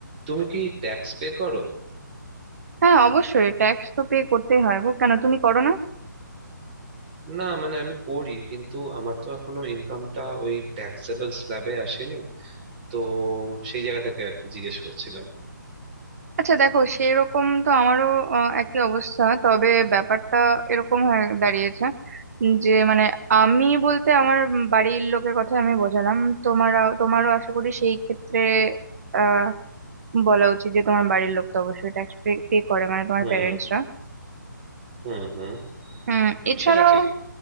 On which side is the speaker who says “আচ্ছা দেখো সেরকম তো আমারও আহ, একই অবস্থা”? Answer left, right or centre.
Right